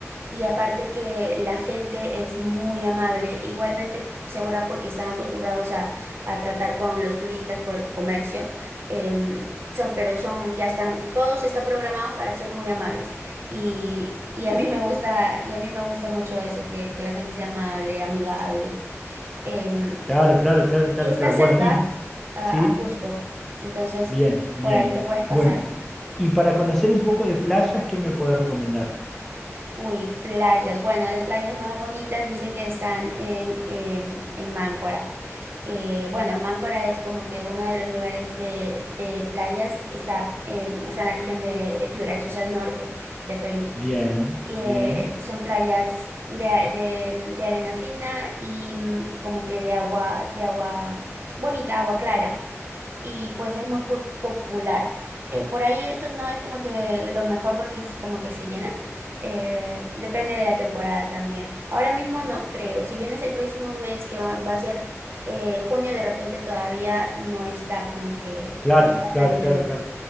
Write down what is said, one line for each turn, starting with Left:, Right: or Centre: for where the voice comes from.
Right: Y aparte que la gente es muy amable, igualmente segura porque están acostumbrados a, a tratar con los turistas por el comercio. em, son, pero son, ya están, todos están programados para ser muy amables. Y, y a mí me gusta, y a mí me gusta mucho eso, que, que la gente sea amable, amigable. Em,
Centre: claro, claro, claro, claro,
Right: y está
Centre: claro.
Right: cerca
Centre: Bueno, y
Right: a,
Centre: sí,
Right: a Cusco, entonces
Centre: bien, bien.
Right: por ahí te puedes pasar.
Centre: Bueno, y para conocer un poco de playas, ¿qué me podés recomendar?
Right: Uy, playas. Bueno, las playas más bonitas dicen que están en, em, en Máncora. Eh, bueno, Máncora es como que uno de los lugares de, de playas que está, em, está en la región de, de Piura, eso es el norte de Perú.
Centre: Bien,
Right: eh,
Centre: bien.
Right: son playas de, a- de- de arena fina y mm, como que de agua, de agua mm, bonita, agua clara, y pues es muy pu- popular. Eh, por ahí eso no es como que lo mejor porque es como que se llena. Eh, depende de la temporada también. Ahora mismo no creo. Si vienes el próximo mes, que va, va a ser eh, junio, de repente todavía no está como que,
Centre: Claro,
Right: no está
Centre: claro,
Right: tan lleno.
Centre: claro, claro.